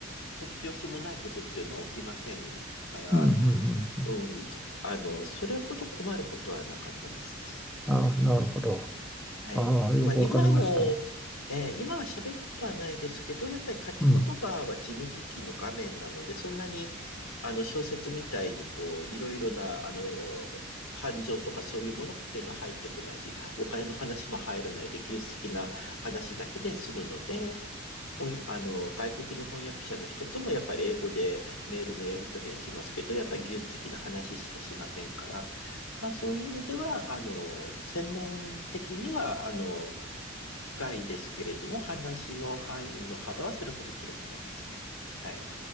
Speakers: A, on the left; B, in the centre.
A: 突拍子もないことっていうのは起きませんから、
B: うん、うん、うん。うん
A: うん、とあの、それほど困ることはなかったです。
B: ああ、なるほど。
A: はい。
B: ああ、よくわかりました。
A: まあ、今も、えー今は喋ることはないですけど、やっぱり書き言葉は事務機器の画面なので、
B: うん。
A: そんなに、あの、小説みたいに、こう、いろいろな、あの、感情とかそういうものっていうのは入ってこないし、お金の話も入らないで、技術的な話だけで済むので、ほんあの、外国の翻訳者の人ともやっぱり英語でメールのやり取りはしますけど、やっぱり技術的な話しかしませんから、まあ、そういう意味では、あの、専門的には、あの、深いですけれども、話の範囲の幅はそれほど広くないですね。はい。